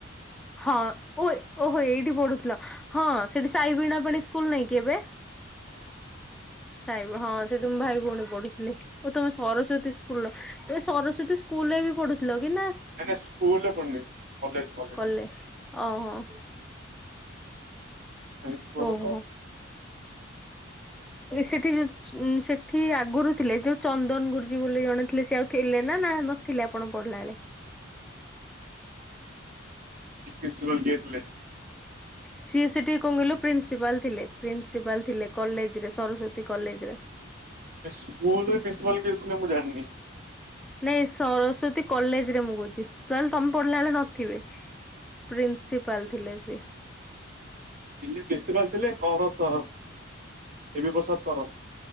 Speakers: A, in the centre; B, on the right.
A: ହଁ ଓ ଓହୋ ଏଇଠି ପଢୁଥିଲ, ହଁ ସେଠି ସାଇ ବିଣା ପାଣି ସ୍କୁଲ ନାଇଁ କି ଏବେ?
B: <inaudible>
A: ସାଇ ହଁ ସେଠି ମୁଁ ଭାଇ ଭଉଣୀ ପଢୁଥିଲି ଓ ତମେ ସରସ୍ଵତୀ ସ୍କୁଲର ସରସ୍ଵତୀ ସ୍କୁଲ ରେ ବି ପଢୁଥିଲ କି ନା
B: ନାଇଁ ନାଇଁ ସ୍କୁଲ୍ ରେ ପଢିନି କଲେଜ। କଲେଜ।
A: କଲେ ଓହଁ।
B: ସାଇନ୍ସ ପରେ
A: ଓହୋ
B: ତ
A: ସେଠି ଯଉ ଉ ସେଠି ଆଗରୁ ଥିଲେ ଯୋଉ ଚନ୍ଦନ ଗୁରୁଜୀ ବୋଲି ଜଣେଥିଲେ ସେ ଆଉ ଥିଲେ ନା ନା ନଥିଲେ ଆପଣ ପଢିଲା ବେଳେ।
B: ପ୍ରିନ୍ସିପାଲ କିଏ ଥିଲେ?
A: ସିଏ ସେଠି
B: ସ୍କୁଲର।
A: କଣ କହିଲ ପ୍ରିନ୍ସିପାଲ ଥିଲେ, ପ୍ରିନ୍ସିପାଲ ଥିଲେ, କଲେଜ ରେ ସରସ୍ଵତୀ କଲେଜ ରେ।
B: ସ୍କୁଲ ରେ ପ୍ରିନ୍ସିପାଲ କିଏ ଥିଲେ ମୁଁ ଜାଣିନି।
A: ନାଇଁ ସରସ୍ଵତୀ କଲେଜ ରେ ମୁଁ କହୁଛି ତାହେଲେ ତମେ ପଢିଲା ବେଳେ ନଥିବେ। ପ୍ରିନ୍ସିପାଲ ଥିଲେ ସିଏ।
B: ଦିଲ୍ଲୀ ପ୍ରିନ୍ସିପାଲ ଥିଲେ କର ଦେବୀ ପ୍ରସାଦ କର।